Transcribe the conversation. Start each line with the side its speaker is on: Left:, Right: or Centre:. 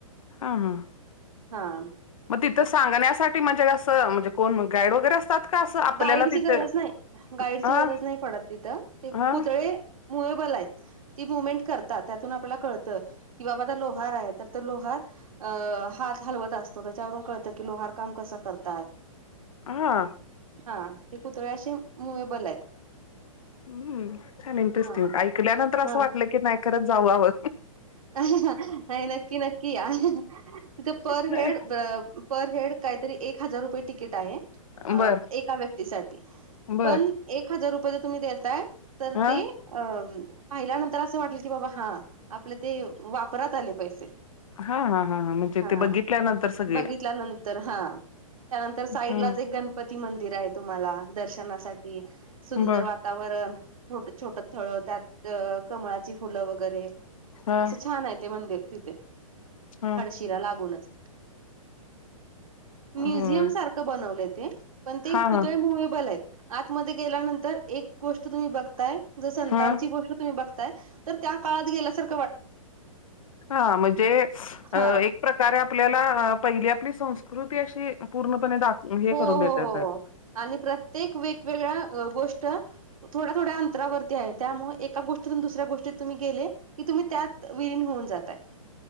Left: हां हां.
Right: हाम
Left: म तिथं सांगण्यासाठी म्हणजे असं म्हणजे कोण गाईड वगैरे असतात. का असं आपल्याला
Right: गाईडची
Left: तिथं
Right: गरज नाही गाईडची
Left: हा
Right: गरज नाही पडत तिथं ते
Left: हा
Right: पुतळे मूवएबल आहेत. ती मुवमेंट करतात त्यातून आपल्याला कळतं की बाबा आता लोहार आहे तर तो लोहार अ हात हलवत असतो त्याच्यावरून कळतं की लोहार काम कसं करतात.
Left: हां.
Right: हा ते पुतळे अशे मुवेबल आहेत.
Left: हम्म छान इंटरेस्टिंग
Right: हा
Left: ऐकल्यानंतर असं
Right: हा
Left: वाटलं की नाही खरच जाऊ वावं.
Right: नाही नक्की नक्की या तिथे पर
Left: नाही
Right: हेड ब पर हेड काहीतरी एक हजार रुपये तिकीट आहे अ
Left: बर
Right: एका व्यक्तीसाठी
Left: बर
Right: पण एक हजार रुपये जर तुम्ही देताय तर
Left: हा
Right: ते अम्म पाहिल्यानंतर असं वाटल की बाबा हा आ पले ते वापरात आले पैसे.
Left: हा हा म्हणजे
Right: हा
Left: ते बघितल्यानंतर सगळे
Right: बघितल्यानंतर हा त्यानंतर साईड
Left: हम्म
Right: लाच एक गण गणपतीमंदिर आहे तुम्हाला दर्शनासाठी सुंदर
Left: बर
Right: वा तावरण थोडं छोटं थळं त्यात कमळाची फुलं वगैरे
Left: हा
Right: असं छान आहे ते मंदिर ते तिथे
Left: हा
Right: हळशीला लागूनच. म्युझियम
Left: होय
Right: सारखं बनवलं ते पण ते
Left: हा
Right: पुतळे
Left: हा
Right: मुवेबल आहेत आतमध्ये गेल्यानंतर एक गोष्ट तुम्ही बघताय जर संतांची
Left: हा
Right: गोष्ट तुम्ही बघताय तर त्या काळात गेल्यासार
Left: हा म्हणजे अ
Right: हा
Left: एक प्रकारे आपल्याला पहिली आपली संस्कृती अशी पूर्णपणे दाखवु हे
Right: हो हो
Left: करून देतेत
Right: हो आणि प्रत्येक वेकवेगळ्या अ गोष्ट थोड्या थोड्या अंतरावरती आहे त्यामुळे एका गोष्टीतून दुसऱ्या गोष्टीत तुम्ही गेले की तुम्ही त्यात विरीन होऊन जातय